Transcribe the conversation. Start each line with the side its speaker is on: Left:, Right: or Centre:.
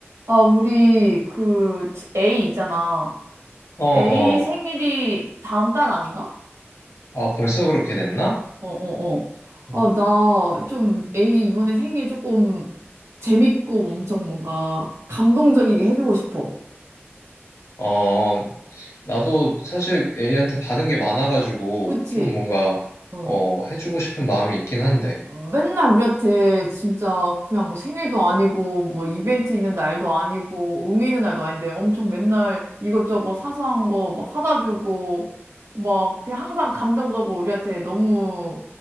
Right: 아, 우리 그 치- A 있잖아.
Left: 어, 어.
Right: A 생일이 다음 달 아닌가?
Left: 아, 벌써 그렇게 됐나?
Right: 어, 어, 어.
Left: 음.
Right: 어, 나 좀 A 이번에 생일 조금 재밌고 엄청 뭔가 감동적이게 해주고 싶어.
Left: 어, 나도 사실 A한테 받은 게 많아가지고
Right: 그치?
Left: 좀 뭔가
Right: 어.
Left: 어, 해주고 싶은 마음이 있긴 한데.
Right: 어, 맨날 우리한테 진짜 그냥 뭐 생일도 아니고 뭐 이벤트 있는 날도 아니고 의미 있는 날도 아닌데 엄청 맨날 이것저것 사소한 거 막 사다 주고 막 그냥 항상 감정적으로 우리한테 너무